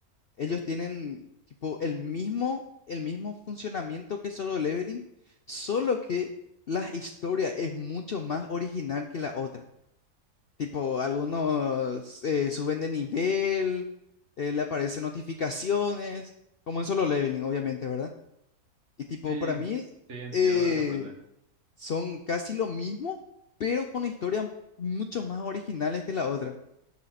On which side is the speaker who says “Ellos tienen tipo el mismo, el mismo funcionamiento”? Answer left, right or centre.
Left